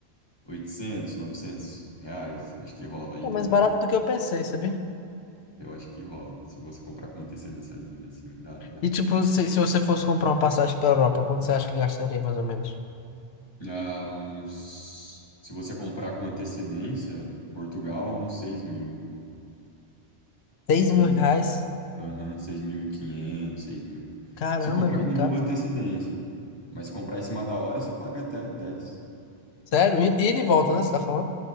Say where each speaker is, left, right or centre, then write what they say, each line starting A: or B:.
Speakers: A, on the left; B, on the left.
A: 800, 900 reais. Acho que rola, ida
B: É mais
A: e volta.
B: barato do que eu pensei, sabia?
A: Eu acho que rola. Se você comprar com uma antecedênciazinha, assim, dá, dá.
B: E, tipo, se, se você fosse comprar uma passagem pra Europa, quanto você acha que gastaria, mais ou menos?
A: Ah, uns. Se você comprar com antecedência, Portugal, uns seis mil.
B: seis
A: seis
B: mil reais?
A: mil. Aham, 6.500, seis mil.
B: Caramba,
A: Se comprar
B: é muito
A: com
B: caro.
A: boa antecedência. Mas se comprar em cima da hora, você paga até dez
B: Sério? E e de volta, né? Você tá falando?